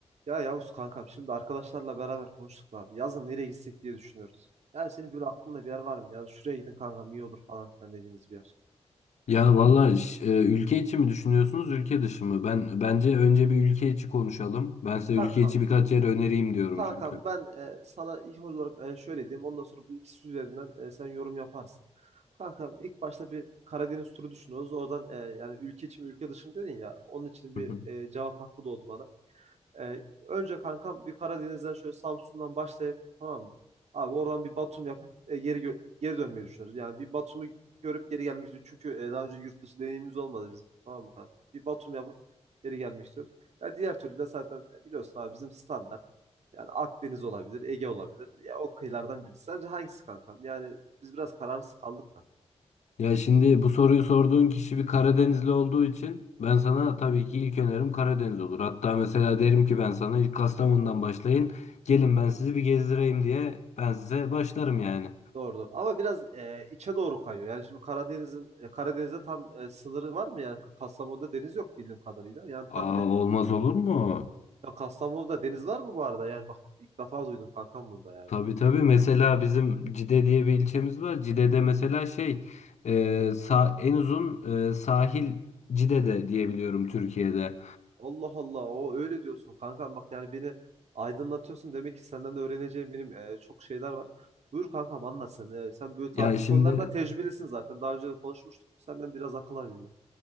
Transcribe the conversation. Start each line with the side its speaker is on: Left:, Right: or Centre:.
Right: Ya Yavuz kankam şimdi arkadaşlarla beraber konuştuk da abi. Yazın nereye gitsek diye düşünüyoruz. Yani senin böyle aklında bir yer var mı? Yani şuraya gidin kankam iyi olur falan filan dediğiniz bir yer.
Left: Ya valla ş- e, ülke içi mi düşünüyorsunuz, ülke dışı mı? Ben bence önce bir ülke içi konuşalım. Ben size
Right: Kankam,
Left: ülke içi birkaç yer önereyim diyorum
Right: kankam
Left: çünkü.
Right: ben e, sana ilk olarak e, şöyle diyeyim. Ondan sonra bu ikisi üzerinden e, sen yorum yaparsın. Kankam ilk başta bir Karadeniz turu düşünüyoruz. Oradan e, yani ülke içi mi ülke dışı mı dedin ya. Onun için
Left: Hı
Right: bir
Left: hı.
Right: e, cevap hakkı doğdu bana. Ee, önce kankam bir Karadeniz'den şöyle Samsun'dan başlayıp tamam mı? Abi oradan bir Batum yapıp e, geri gö- geri dönmeyi düşünüyoruz. Yani bir Batum'u görüp geri gelmek istiyoruz. Çünkü e, daha önce yurt dışı deneyimimiz olmadı bizim. Tamam mı kanka? Bir Batum yapıp geri gelmek istiyoruz. Ya diğer türlü de zaten e, biliyorsun abi bizim standart. Yani Akdeniz olabilir, Ege olabilir. Ya o kıyılardan birisi. Sence hangisi kankam? Yani biz biraz kararsız kaldık.
Left: Ya şimdi bu soruyu sorduğun kişi bir Karadenizli olduğu için ben sana tabii ki ilk önerim Karadeniz olur. Hatta mesela derim ki ben sana ilk Kastamonu'dan başlayın. Gelin ben sizi bir gezdireyim diye ben size başlarım yani.
Right: Doğrudur. Ama biraz e, içe doğru kayıyor. Yani şimdi Karadeniz'in e, Karadeniz'de tam e, sınırı var mı? Yani Kastamonu'da deniz yok bildiğim kadarıyla. Yani
Left: Aa
Right: tam bir
Left: olmaz olur mu?
Right: ya Kastamonu'da deniz var mı bu arada? Yani bak ilk defa duydum kankam bunda yani.
Left: Tabii tabii mesela bizim Cide diye bir ilçemiz var. Cide'de mesela şey e, sa en uzun e, sahil Cide'de diyebiliyorum Türkiye'de.
Right: Allah Allah o öyle diyorsun kankam bak yani beni aydınlatıyorsun. Demek ki senden öğreneceğim benim e, çok şeyler var. Buyur kankam anlat sen. E, sen böyle tatil
Left: Ya şimdi
Right: konularında tecrübelisin zaten. Daha önce de konuşmuştuk. Senden biraz akıl alayım ben.